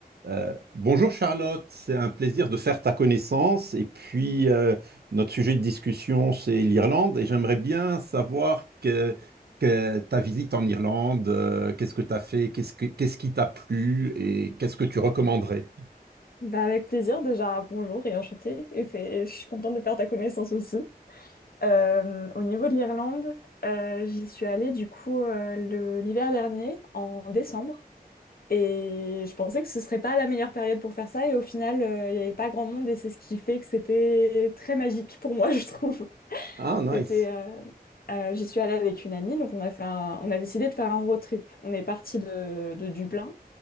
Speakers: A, on the right (about 80°); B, on the left (about 65°).
A: Euh, bonjour Charlotte, c'est un plaisir de faire ta connaissance. Et puis, euh, notre sujet de discussion, c'est l'Irlande. Et j'aimerais bien savoir que, que ta visite en Irlande, euh, qu'est-ce que tu as fait, qu'est-ce que- qu'est-ce qui t'a plu et qu'est-ce que tu recommanderais?
B: Bah, avec plaisir, déjà bonjour et enchantée. Et fait- je suis contente de faire ta connaissance aussi. Euh, au niveau de l'Irlande, euh, j'y suis allée du coup euh, le- l'hiver dernier, en décembre. Et je pensais que ce serait pas la meilleure période pour faire ça. Et au final, euh, il n'y avait pas grand monde et c'est ce qui fait que c'était très magique pour moi, <laughs> je trouve.
A: Ah, nice.
B: C'était, euh, euh, j'y suis allée avec une amie, donc on a fait un- on a décidé de faire un road trip. On est parti de de Dublin.